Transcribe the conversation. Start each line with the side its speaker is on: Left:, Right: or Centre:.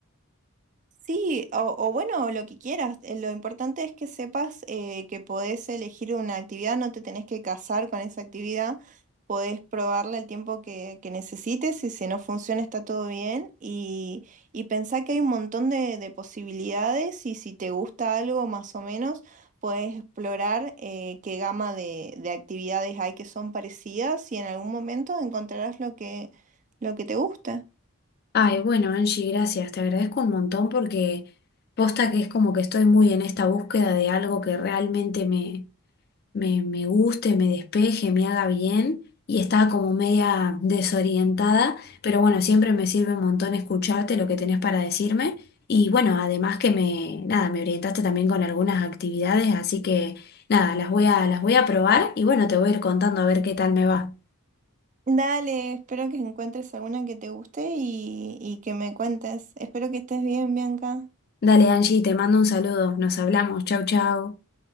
Right: Sí, o, o bueno, lo que quieras. Eh, Lo importante es que sepas eh, que podés elegir una actividad, no te tenés que casar con esa actividad, podés probarla el tiempo que, que necesites y si no funciona está todo bien y, y pensá que hay un montón de, de posibilidades y si te gusta algo más o menos, podés explorar eh, qué gama de, de actividades hay que son parecidas y en algún momento encontrarás lo que, lo que te gusta.
Left: Ay, bueno, Angie, gracias, te agradezco un montón porque posta que es como que estoy muy en esta búsqueda de algo que realmente me me, me guste, me despeje, me haga bien. Y estaba como media desorientada, pero bueno, siempre me sirve un montón escucharte lo que tenés para decirme. Y bueno, además que me, nada, me orientaste también con algunas actividades, así que nada, las voy a, las voy a probar y bueno, te voy a ir contando a ver qué tal me va.
Right: Dale, espero que encuentres alguna que te guste y, y que me cuentes. Espero que estés bien, Bianca.
Left: Dale, Angie, te mando un saludo. Nos hablamos. Chau, chau.